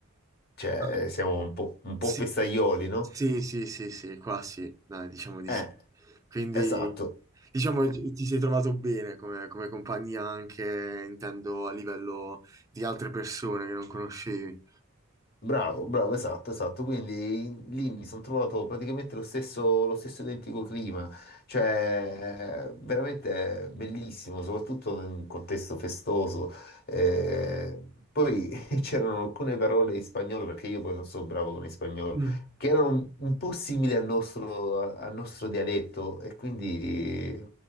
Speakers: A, on the left (about 45°); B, on the right (about 15°).
A: cioè,
B: Ah,
A: eh, siamo un po', un
B: sì.
A: po' festaioli, no?
B: Sì, sì, sì, sì, qua sì, dai, diciamo di
A: Eh,
B: sì. Quindi,
A: esatto.
B: diciamo, ti ti sei trovato bene come, come compagnia anche, intendo, a livello di altre persone che non conoscevi.
A: Bravo, bravo, esatto, esatto. Quindi in- lì mi sono trovato praticamente lo stesso, lo stesso identico clima, cioè eh, veramente bellissimo, soprattutto in un contesto festoso. Eh, poi <laughs> c'erano alcune parole in spagnolo, perché io poi non so bravo con il spagnolo,
B: Mm,
A: che erano un, un po' simili al nostro, a- al nostro dialetto e quindi